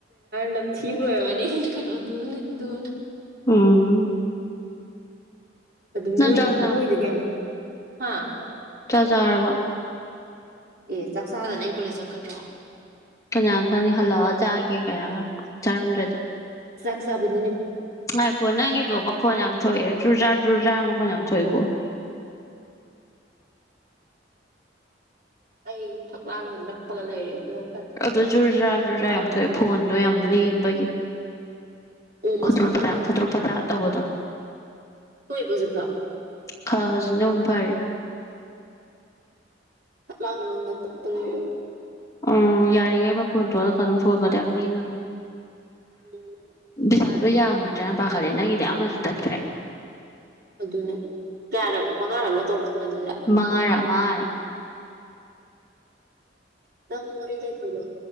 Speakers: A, on the right; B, on the left.
A: ꯅꯝ ꯊꯤꯕ ꯂꯣꯏꯔꯕꯅꯤ ꯀꯩꯅꯣꯗꯣ ꯂꯤꯟꯗꯣ
B: ꯎꯝ
A: ꯑꯗꯨꯣꯏ
B: ꯅꯪ ꯆꯥꯛ
A: ꯃꯣꯏꯗꯗꯤ ꯌꯥꯝ ꯊꯪꯉ ꯍꯥꯥ
B: ꯆꯥꯖꯥꯔꯕ
A: ꯑꯦ ꯆꯥꯛꯆꯥꯥꯗꯅ ꯑꯩ ꯀꯣꯂ ꯆꯠꯀꯗ꯭ꯔꯣ
B: ꯀꯅꯥ ꯈꯛꯅꯤ ꯍꯜꯂꯛꯑ ꯆꯥꯒꯦ ꯀꯥꯏꯔꯒ ꯆꯥꯔꯝꯗ꯭ꯔꯗꯤ
A: ꯁꯕꯗꯅꯦ
B: ꯍꯥꯏꯈꯣ ꯅꯪꯒꯤꯗꯣ ꯃꯈꯣꯟ ꯌꯥꯝ ꯊꯣꯛꯑꯦ ꯆꯨꯔꯖꯥꯔ ꯆꯨꯔꯖꯥꯔ ꯃꯈꯣꯟ ꯌꯥꯝ ꯊꯣꯛꯑꯦꯀꯣ
A: ꯑꯩ ꯐꯛꯂꯥꯡꯗ ꯅꯞꯄꯒ ꯂꯩꯔꯦ ꯑꯗꯨꯗ
B: ꯑꯗꯨꯣ ꯖꯨꯔꯖꯥ ꯖꯨꯔꯖꯥ ꯌꯥꯝ ꯊꯣꯛꯑꯦ ꯐꯣꯟꯗꯣ ꯌꯥꯝ ꯂꯦꯡꯕꯒꯤ
A: ꯑꯣ
B: ꯈꯨꯗ꯭ꯔꯨꯨꯞꯗ꯭ꯔ
A: ꯃꯁꯥ ꯑꯗꯨ
B: ꯐꯨꯗ꯭ꯔꯨꯨꯞ ꯐꯗ꯭ꯔꯥ ꯇꯧꯕꯗꯣ
A: ꯁꯣꯛꯏꯕ ꯍꯧꯖꯤꯛꯇꯣ
B: ꯈ ꯍꯧꯖꯤꯛꯅ ꯑꯃꯨꯛ ꯐꯔ
A: ꯑꯂꯗ ꯂꯩꯦ
B: ꯎꯝ ꯌꯥꯔꯤꯈꯩ ꯃꯈꯣꯟ ꯇꯣꯂ ꯑꯗꯨꯝ ꯐꯣꯟꯒꯗꯤ ꯌꯥꯝ ꯂꯦꯡꯒꯅꯨ
A: ꯎꯝ
B: ꯄꯩꯁꯥꯗꯣ ꯌꯥꯝꯃꯣꯏꯗ꯭ꯔꯥꯅ ꯄꯥꯈꯠꯂꯦ ꯅꯪꯒꯤꯗꯤ ꯑꯃꯁꯨ ꯇꯠꯈ꯭ꯔꯦ
A: ꯑꯗꯨꯅꯦ ꯀꯌꯥꯔꯛꯅꯣ ꯃꯉꯥꯔꯛꯅꯣ ꯇꯧꯔ ꯁꯅꯗꯣꯏꯁꯦ
B: ꯃꯉꯥꯔꯛ ꯃꯉꯥꯔꯛ
A: ꯅꯪ ꯋꯥꯔꯤ ꯂꯩꯇ꯭ꯔꯕꯣ